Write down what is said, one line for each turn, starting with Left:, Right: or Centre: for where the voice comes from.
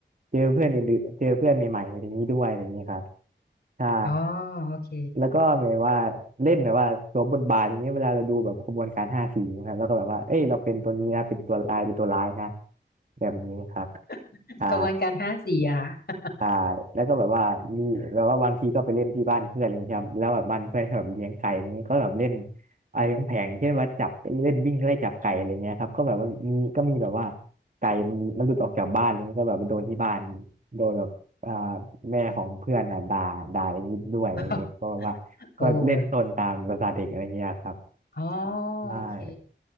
Right: เจอเพื่อนอื่นๆเจอเพื่อนใหม่ๆอะไรอย่างนี้ด้วยอะไรอย่างเงี้ยครับ ใช่
Left: อ๋อโอเค
Right: แล้วก็หมายว่าเล่นแบบว่าสวมบทบาทอย่างเงี้ยเวลาเราดูแบบขบวนการห้าสีนะครับแล้วก็แบบว่า เอ้ยเราเป็นตัวนี้นะเป็นตัวลายเป็นตัวร้ายนะแบบนี้ครับ
Left: <laughs>
Right: ใช่
Left: กระบวนการห้าสี่อะคะ
Right: ใช่แล้วก็แบบว่ามีแบบว่าบางทีก็ไปเล่นที่บ้านเพื่อนอะไรอย่างเงี้ยครับแล้วแบบบ้านเพื่อนเขาแบบเลี้ยงไก่อะไรเงี้ยก็แบบเล่นอะไรของแผงๆเช่นว่าจับเล่นวิ่งไล่จับไก่อะไรเงี้ยครับก็แบบว่ามีก็มีแบบว่าไก่มันมีมันหลุดออกจากบ้านอะไรเงี้ยก็แบบไปโดนที่บ้านโดนแบบอ่าแม่ของเพื่อนอ่ะด่าด่าอย่างนี้ด้วยอะไรเงี้ยก็แบบว่าก็โอ้เล่นตนตามภาษาเด็กอะไรเงี้ยครับ
Left: <laughs> โอ้ย อ๋อ
Right: ใช่
Left: โอเค